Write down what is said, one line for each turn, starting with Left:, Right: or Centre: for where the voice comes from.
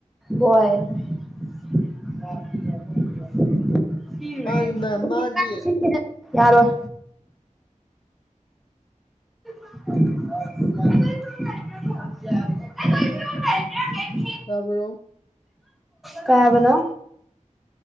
Centre: ꯍꯣꯏ <unintelligible>
Left: ꯃꯥꯒꯤꯅ ꯃꯥꯒꯤ
Centre: ꯌꯥꯔꯣꯏ <unintelligible>
Left: ꯇꯥꯕ꯭ꯔꯣ
Centre: ꯀꯩ ꯍꯥꯏꯕꯅꯣ